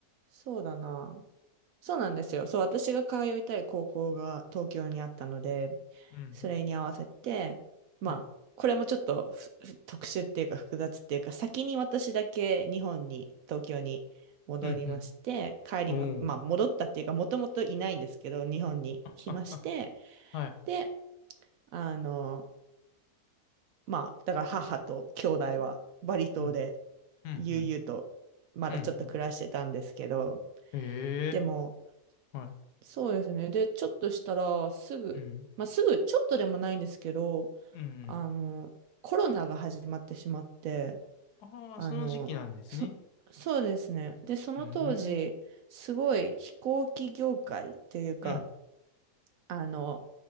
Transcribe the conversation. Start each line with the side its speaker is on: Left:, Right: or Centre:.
Right: そうだな。そうなんですよ。そう、私が通いたい高校が東京にあったので、
Left: うん。
Right: それに合わせて、まあ、
Left: はい。
Right: これもちょっとふふ特殊っていうか複雑っていうか、先に私だけ日本に、東京に戻りまして、
Left: うん
Right: 帰りま、
Left: うん。
Right: まあ、
Left: おお。
Right: 戻ったっていうか、もともといないんですけど、日本に来まして、
Left: あ、あ、はい。
Right: で、あの、まあ、だから母と兄弟はバリ島で
Left: うんうん。うん
Right: 悠々とまだちょっと暮らしてたんですけど、
Left: うん。うんうん。へえ。
Right: でも、
Left: はい。
Right: そうですね。で、ちょっとしたら、すぐ、
Left: うん。
Right: まあ、すぐ、ちょっとでもないんですけど、
Left: うん、
Right: あの、コロナが始まってしまって、
Left: うん。ああ、
Right: あの、
Left: その時期なんですね。
Right: そ、そうですね。で、その当時、
Left: うーん。
Right: すごい飛行機業界っていうか、
Left: うん。
Right: あの、